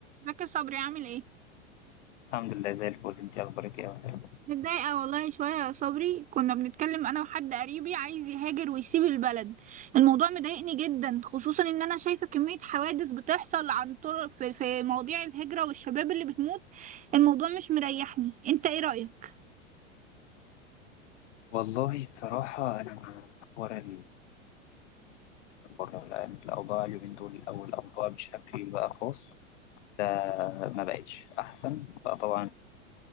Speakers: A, on the right; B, on the left.
A: فاكر صبري عامل ايه
B: الحمد لله زي الفل انت اخبارك ايه يا وفاء؟
A: متضايقة والله شوية يا صبري كنا بنتكلم انا وحد قريبي عايز يهاجر ويسيب البلد الموضوع مضايقني جدا خصوصا ان انا شايفة كمية حوادث بتحصل عن طرق في, في مواضيع الهجرة والشباب اللي بتموت الموضوع مش مريحني انت ايه رأيك
B: والله صراحة انا مع حوار البره لان الاوضاع اليومين دول او الاوضاع بشكل بقى خاص ده ما بقتش احسن بقى طبعا